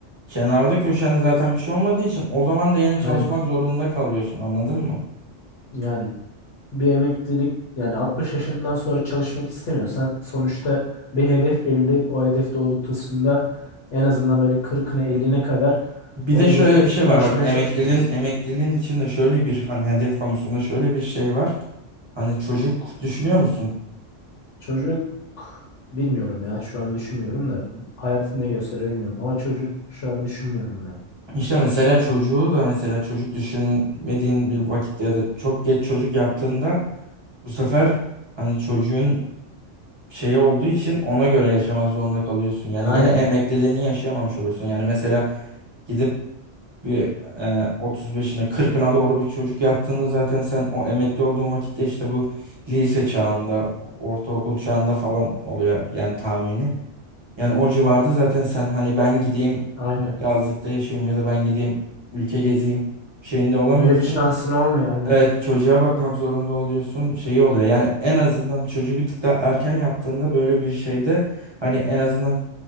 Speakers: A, on the right (about 25°); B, on the left (about 75°).
A: kenarda köşende zaten bir şey olmadığı için o zaman da yine çalışmak
B: aynen.
A: zorunda kalıyorsun anladın mı?
B: Yani bir emeklilik yani 60 yaşından sonra çalışmak istemiyorsan sonuçta bir hedef belirleyip o hedef doğrultusunda en azından böyle 40'ına 50'ne kadar
A: Bir
B: o
A: de
B: hedefe
A: şöyle bir şey
B: ulaşmaya
A: var bak emekliliğin
B: çalışmalısın.
A: emekliliğin içinde şöyle bir hani hedef konusunda şöyle bir şey var. Hani çocuk düşünüyor musun?
B: Çocuk bilmiyorum ya. Şu an düşünmüyorum da hayatı ne gösterir bilmiyorum. Ama çocuk şu an düşünmüyorum yani.
A: İşte mesela çocuğu da mesela çocuk düşünmediğin bir vakitte ya da çok geç çocuk yaptığında bu sefer hani çocuğun şeyi olduğu için ona göre yaşamak zorunda kalıyorsun. Yani
B: Aynen.
A: yine emekliliğini yaşayamamış oluyorsun. Yani mesela gidip bir e, 35'ine 40'ına doğru bir çocuk yaptığında zaten sen o emekli olduğun vakitte işte bu lise çağında, ortaokul çağında falan oluyor yani tahmini. Yani o civarda zaten sen hani ben gideyim
B: Aynen.
A: yazlıkta yaşayayım ya da ben gideyim ülke gezeyim şeyinde olamıyorsun.
B: Öyle bir şansın olmuyor aynen.
A: Evet çocuğa bakmak zorunda oluyorsun şeyi oluyor. Yani en azından çocuğu bir tık daha erken yaptığında böyle bir şeyde hani en azından